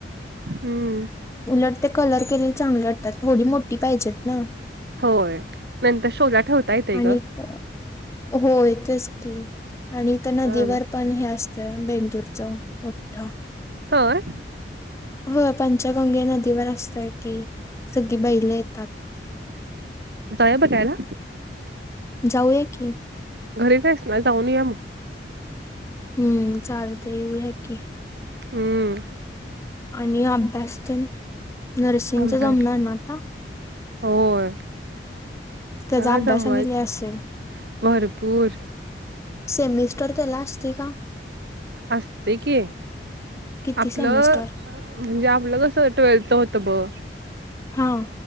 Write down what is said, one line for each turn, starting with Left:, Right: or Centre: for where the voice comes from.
Right: हम्म,
Left: उलट ते कलर केलेल चांगले वाटतात, थोडी मोठी पाहिजेत ना,
Right: होय,, नंतर शोला ठेवता येतय
Left: आणि
Right: गं.
Left: इथं होय तेच की, आणि त्या नदीवर
Right: हं.
Left: पण हे असतंय,, बेंदुरचं मोठं,
Right: होय,
Left: वय, पंचगंगे नदीवर असतय की, सगळी बैलं येतात. <unintelligible>
Right: जाऊ या बगायला,
Left: जाऊया की.
Right: घरीच आहेस ना जाऊन या मग.
Left: हम्म, चालतय येऊया की.
Right: हम्म,
Left: आणि अभ्यास तेऽऽ नर्सिंगच
Right: आंबा
Left: जमणार ना आता.
Right: होय.
Left: त्याचा
Right: तग
Left: अभ्यास
Right: जमयच
Left: आणि लय असेल
Right: भरपूर.
Left: सेमिस्टर त्याला असते का?
Right: असते की.
Left: किती
Right: आपलं
Left: सेमिस्टर
Right: म्हणजे आपलं कस ट्वेल्थच होत ब
Left: हा